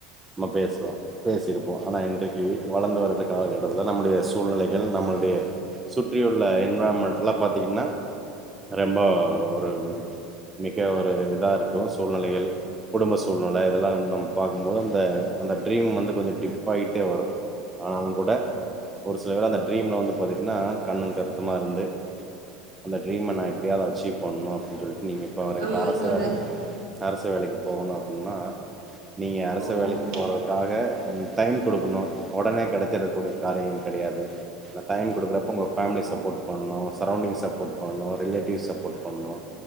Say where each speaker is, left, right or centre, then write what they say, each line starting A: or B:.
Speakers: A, on the right; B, on the right.
A: நம்ம பேசுவோ பேசியிருப்போ ஆனா இன்றைக்கு வளர்ந்து வருதுக்கால கட்டத்துல நம்முடைய சூழ்நிலைகள் நம்மளுடைய சுற்றியுள்ள என்விரான்மென்ட்லா பாத்தீங்கன்னா ரெம்ப ஒரு மிக ஒரு இதா இருக்கு சூழ்நிலைகள் குடும்ப சூழ்நிலை இதெல்லா நம்ம பாக்கும்போது அந்த அந்த ட்ரீம் வந்து கொஞ்சோ டிப் ஆகிட்டே வரு ஆனாலுங் கூட ஒரு சில பேர் அந்த ட்ரீம்ல வந்து பாத்துட்னா கண்ணு கருத்து ம்மா இருந்து அந்த ட்ரீம்ம நா எப்டியாவது அச்சீவ் பண்ணு அப்டின்னு சொல்ட்டு நீங்க இப்போ அவரு
B: ஆமா
A: இப்ப அரச
B: தோழர்
A: வேலைக்கு போனு அரசு வேலைக்கு போகணு அப்டின்னா நீங்க அரசு
B: ம்
A: வேலைக்குப் போறதுக்காக என் டைம் குடுக்கணு ஒடனே கெடச்சுடக்கூடிய காரியம் கெடையாது டைம் குடுக்குறப்ப உங்க ஃபேமிலி சப் போட் பண்ணனு சரோண்டிங் சப்போட் பண்ணனு ரிலேட்டிவ்ஸ் சப்போட் பண்ணனு